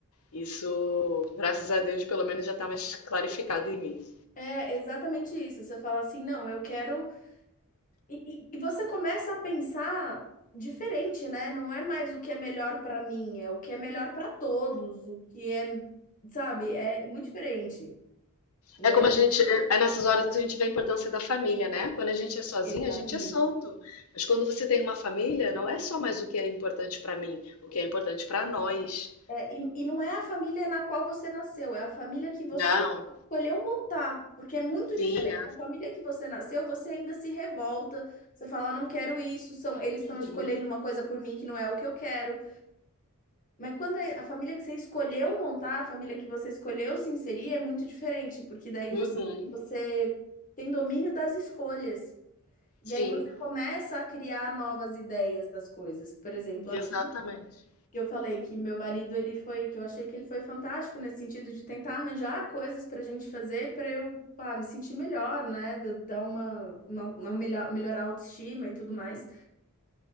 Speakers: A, on the left (about 70°); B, on the left (about 35°).
A: Isso, graças a Deus, pelo menos já está mais clarificado em mim.
B: É exatamente isso. Você fala assim, não, eu quero. E, e- e você começa a pensar diferente, né? Não é mais o que é melhor pra mim, é o que é melhor pra todos, o que é, sabe, é muito diferente, né?
A: É como a gente, é é nessas horas a gente vê a importância da família, né? Quando a gente é sozinho,
B: Exatamente.
A: a gente é solto. Mas quando você tem uma família, não é só mais o que é importante para mim, o que é importante para nós.
B: É, e, e não é a família na qual você nasceu, é a família que você
A: Não,
B: escolheu montar, porque é muito
A: sim,
B: diferente.
A: é.
B: A família que você nasceu, você ainda se revolta, você fala, não quero isso, são, eles
A: Uhum,
B: estão escolhendo uma coisa por mim que não é o que eu quero. Mas quando é a família que você escolheu montar, a família que você escolheu se inserir, é muito diferente, porque daí
A: uhum,
B: você, você tem domínio das escolhas.
A: sim,
B: E aí você começa a criar novas ideias das coisas. Por exemplo, aqui
A: exatamente.
B: que eu falei que meu marido ele foi, que eu achei que ele foi fantástico nesse sentido de tentar arranjar coisas para a gente fazer para eu, pá, me sentir melhor, né? Da- Dar uma, uma, uma melhor, melhorar a autoestima e tudo mais.